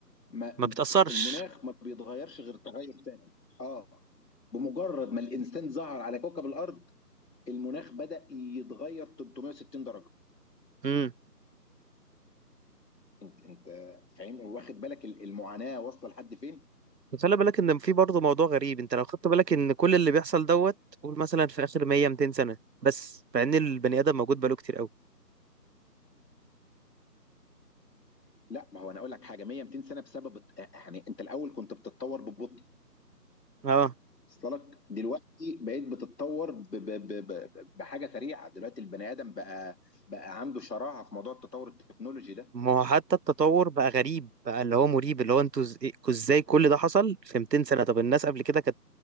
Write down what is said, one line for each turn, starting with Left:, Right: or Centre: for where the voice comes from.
Left: ما
Right: ما بتأثرش
Left: المناخ ما بيتغيرش غير تغير تاني اه بمجرد ما الانسان ظهر على كوكب الارض المناخ بدأ يتغير 360 درجه
Right: امم
Left: انت انت فاهم واخد بالك ال- المعاناه واصله لحد فين
Right: خلي بالك ان في برضه موضوع غريب انت لو خدت بالك ان كل اللي بيحصل دوت قول مثلا في اخر 100 200 سنة بس مع ان البني ادم موجود بقاله كتير قوي
Left: لا ما هو انا اقول لك حاجه 100 200 سنه بسبب الت- يعني انت الاول كنت بتتطور ببطء
Right: اه
Left: وصل لك دلوقتي بقيت بتتطور ب... ب... ب... ب... بحاجه سريعه دلوقتي البني ادم بقى بقى عنده شراهه في موضوع التطور التكنولوجي ده
Right: ما هو حتى التطور بقى غريب بقى اللي هو مريب اللي هو انتوا إز- إيه- ازاي كل ده حصل في 200 سنة طب الناس قبل كده كانت